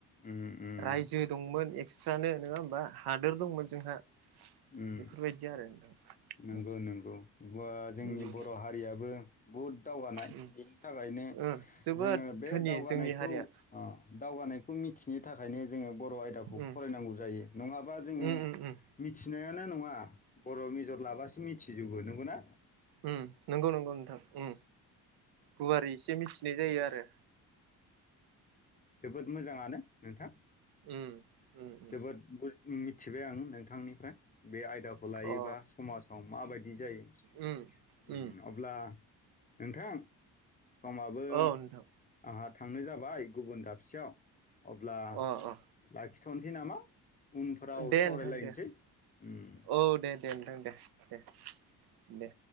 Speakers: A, on the left; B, on the right.
A: उम उम
B: रायजो दंमोन एक्सट्रानो नङा होमबा हा दोर दंमोन जोंहा बेफोरबायदि
A: उम
B: आरो नोंथां
A: नंगौ नंगौ गुवा जोंनि
B: उम उम
A: बर' हारियाबो बो बुद दावगानाय
B: उम
A: बेनि थाखायनो
B: ओ जोबोद
A: जोङो बे
B: धोनि
A: दावगानायखौ
B: जोंनि हारिया
A: ओ दावगानायखौ मिथिनो थाखायनो जोङो बर' आयदाखौ
B: उम
A: फरायनांगौ जायो नङाबा जोङो
B: उम उम उम
A: मिथिनायानो नङा। बर' मेजर लाबासो मिथिजोबो नों <unintelligible> ना
B: उ नंगौ नंगौ नोंथां उ गुवारै एसे मिथिनाय जायो आरो
A: जोबोद मोजाङानो नोंथां
B: उम उम उम
A: जोबोद बुज उ मिथिबाय आं नोंथांनि फ्राय बे आयदाखौ लायोबा
B: अ
A: समाजाव माबायदि जायो
B: उम
A: उ
B: उम
A: अब्ला नोंथां समाबो
B: औ नोंथां
A: आंहा थांनाय जाबाय गुबुन दाब <unintelligible> याव अब्ला
B: अ अ
A: लाखि थनोसै नामा? उनफोराव
B: दे
A: सावरायलायनोसै
B: नोंथां दे
A: उम
B: औ दे दे नोंथां दे दे दे